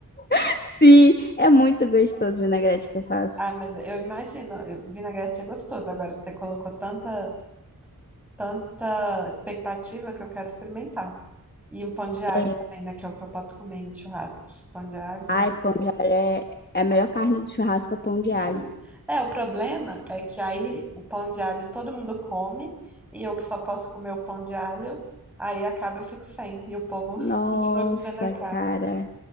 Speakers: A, on the left; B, in the centre.
A: <laughs> Sim, é muito gostoso o vinagrete que eu faço.
B: Ah, mas eu imagino, eu- vinagrete é gostoso. Agora você colocou tanta, tanta expectativa que eu quero experimentar. E um pão de alho
A: é
B: também, né? Que é o que eu posso comer em churrascos. Pão de alho, vinagrete.
A: Ai, pão de alho é, é a melhor carne do churrasco, é o pão de
B: <laughs>
A: alho.
B: É, o problema é que aí o pão de alho todo mundo come e eu que só posso comer o pão de alho, aí acaba eu fico sem. E o povo <laughs>
A: Nossa,
B: continua comendo a carne.
A: cara.